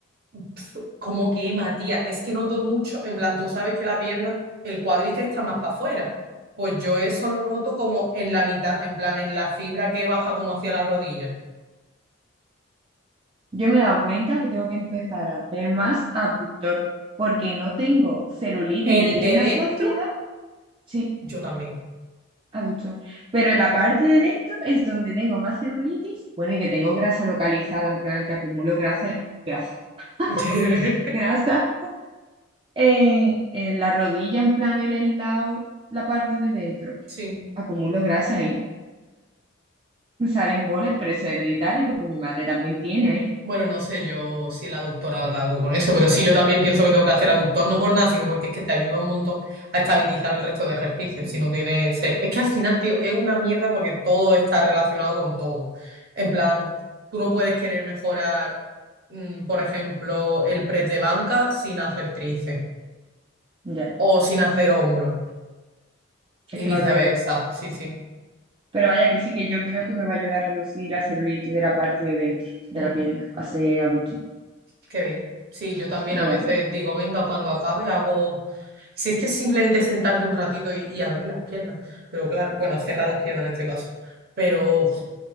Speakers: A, on the right; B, on the right.
A: pf, Como que, Matías, es que noto mucho, en plan, tú sabes que la pierna, el cuádriceps está más para afuera. Pues yo eso lo noto como en la mitad, en plan, en la fibra que baja como hacia la rodilla.
B: Yo me he dado cuenta que tengo que empezar a hacer más abductor porque no tengo celulitis
A: El
B: ni pierna
A: de dentro,
B: flácida, sí,
A: yo también.
B: abductor, pero en la parte de dentro es donde tengo más celulitis, bueno, y que tengo grasa localizada, en plan que acumulo grasa, grasa,
A: <laughs>
B: <laughs> grasa en, en la rodilla, en plan en el lado, la parte de dentro,
A: Sí.
B: acumulo grasa ahí me salen bolas, pero eso es hereditario porque mi madre también tiene ahí.
A: Bueno, no sé yo si la aductora haga algo con eso, pero sí, yo también pienso que tengo que hacer aductor, no por nada, sino porque es que te ayuda un montón a estabilizar el resto de ejercicios. Si no tienes. eh, Es que al final, tío, es una mierda porque todo está relacionado con todo. En plan, tú no puedes querer mejorar, mm, por ejemplo, el press de banca sin hacer tríceps
B: Ya,
A: o sin hacer hombro
B: es
A: y
B: que
A: viceversa.
B: va todo.
A: Sí, sí.
B: Pero vaya que sí que yo creo que me va a ayudar a reducir la celulitis de la parte de dentro de
A: Mm.
B: la pierna a ser adulto.
A: Qué bien. Sí, yo también
B: Me
A: a
B: lo
A: veces
B: voy a apuntar.
A: digo, venga, cuando acabe hago... Si es que es simplemente sentarte un ratito y, y abrir las piernas, pero claro, bueno, cerrar las piernas en este caso, pero uf,